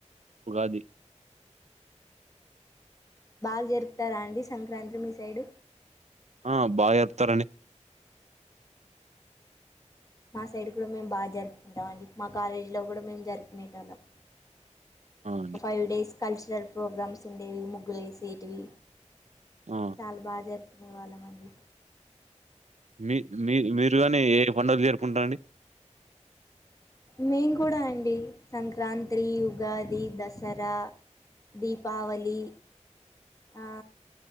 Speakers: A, on the right; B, on the left.
A: ఉగాది
B: బాగా జరుపుతారా అండి సంక్రాంతి మీ సైడు
A: ఆ బాగా జరుపుతార్ అండి
B: మా సైడ్ కూడా మేము బాగా జరుపుకుంటాం అండి మా కాలేజీలో కూడా మేము జరుపుకునేట వాళ్ళం
A: ఆ
B: ఒక
A: అండి
B: ఫైవ్ డేస్ కల్చరల్ ప్రోగ్రామ్స్ ఉండేవి ముగ్గులు వేసేటివి
A: ఆ
B: చాలా బాగా జరుపుకునే వాళ్ళం అండి
A: మీ మీ మీరు కాని ఏ పండుగలు జరుపుకుంటారండి
B: మేము కూడా అండి సంక్రాంతి ఉగాది దసరా దీపావళి ఆ